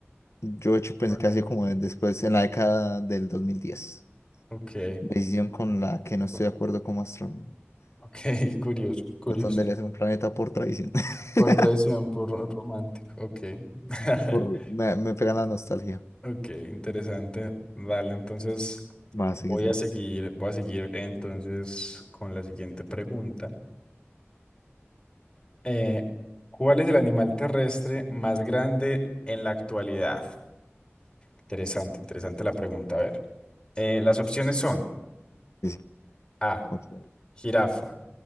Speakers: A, on the left; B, on the left.
A: yo de hecho pensé
B: ¿Por
A: que
B: qué?
A: así como después, en la década del 2010.
B: Ok,
A: Decisión con la que no estoy
B: o-
A: de acuerdo como astrónomo.
B: ok, <laughs> curioso, curioso.
A: Plutón debería ser un planeta por tradición.
B: Por
A: <laughs>
B: traición, por ro- romántico. Ok, <laughs>
A: Por, me, me pega la nostalgia.
B: ok, interesante. Dale, entonces
A: Va, seguís
B: voy a
A: vos.
B: seguir, voy a seguir entonces con la siguiente pregunta. Eh, ¿cuál es el animal terrestre más grande en la actualidad? Interesante, interesante la pregunta. A ver, eh, las opciones son
A: Sí, sí,
B: A,
A: ok.
B: jirafa,